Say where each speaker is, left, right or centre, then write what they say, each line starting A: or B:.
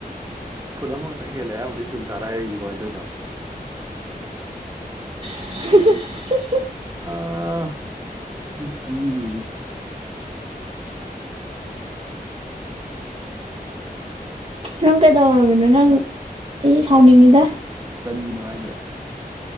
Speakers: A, on the right; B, on the right.
A: ꯈꯨꯗꯝ ꯈꯛꯇꯪ ꯍꯦꯜꯂꯦ ꯑꯌꯥꯝꯕꯗꯤ ꯇꯨꯜꯁꯔ ꯑꯩꯁꯦ ꯀꯃꯥꯏꯅ ꯇꯧꯅꯣ
B: <unintelligible>
A: ꯑ ꯉ ꯆꯗꯦ
B: ꯅꯪ ꯀꯩꯗꯧꯃꯤꯅꯣ ꯅꯪ ꯑꯩ ꯁꯥꯎꯅꯤꯡꯉꯤꯗ
A: ꯀꯔꯤꯅꯣ ꯍꯥꯏꯁꯦ